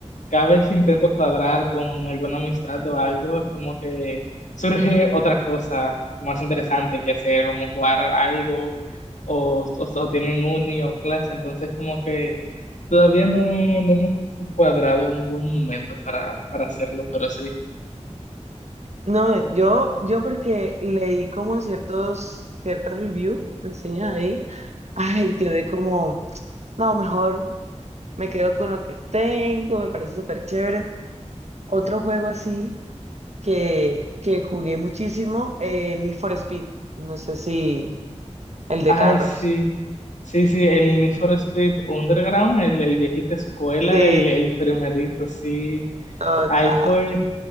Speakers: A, on the left (about 80°); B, on the right (about 65°).
A: cada vez que intento cuadrar con alguna amistad o algo, es como que surge otra cosa más interesante que hacer, como jugar algo o, o, o tienen uni o clase, entonces como que todavía no, no hemos cuadrado un buen momento para, para hacerlo, pero sí.
B: No, eh, yo, yo porque leí como ciertos, ciertas reviews, reseñas ahí, ay, quedé como, no, mejor me quedo con lo que tengo, me parece súper chévere. Otro juego así que, que jugué muchísimo, eh, Need for Speed. No sé si el de
A: Ay,
B: carros.
A: sí, sí, sí, el Need for Speed Underground, el, el viejito escuela,
B: Sí,
A: el, el primerito, sí.
B: total.
A: Ahí fue.